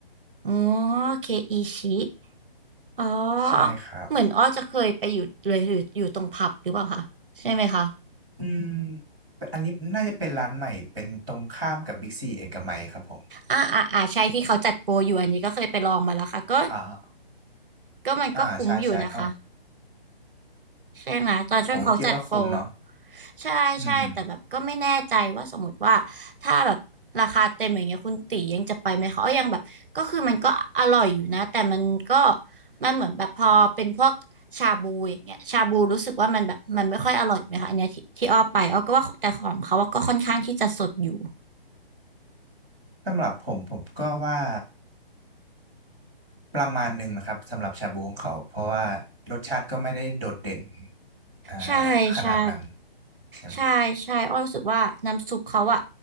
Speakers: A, on the right; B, in the centre.
A: อ๋อเคอีชิอ๋อเหมือนอ้อจะเคยไปอยู่เลยอยู่อยู่ตรงผับหรือเปล่าคะใช่ไหมคะ
B: ใช่ครับอืมเป็นอันนี้น่าจะเป็นร้านใหม่เป็นตรงข้ามกับบิ๊กซีเอกมัยครับผม
A: อ่าอ่าอ่าใช่ที่เขาจัดโปรอยู่อันนี้ก็เคยไปลองมาแล้วค่ะก็
B: อ่า
A: ก็มันก็คุ้มอยู่นะคะ
B: อ่าใช่ใช่อ๋อ
A: ใช่ไหมตอนช่วงเขาจัดโปร
B: ผมก็คิดว่าคุ้มเนาะ
A: ใช่ใช่แต่แบบก็ไม่แน่ใจว่าสมมติว่าถ้าแบบราคาเต็มอย่างเงี้ยคุณตียังจะไปไหมเขายังแบบก็คือมันก็อร่อยอยู่นะแต่มันก็
B: อืม
A: มันเหมือนแบบพอเป็นพวกชาบูอย่างเงี้ยชาบูรู้สึกว่ามันแบบมันไม่ค่อยอร่อยไหมคะอันเนี้ยที่ที่อ้อไปอ้อก็ว่าแต่ของเขาว่าก็ค่อนข้างที่จะสดอยู่
B: สำหรับผมผมก็ว่าประมาณหนึ่งนะครับสำหรับชาบูของเขาเพราะว่ารสชาติก็ไม่ได้โดดเด่นอ่า
A: ใช่ใช่
B: ขนาดนั้นใช่ไหม
A: ใช่ใช่อ้อรู้สึกว่าน้ำซุปเขาอ่ะ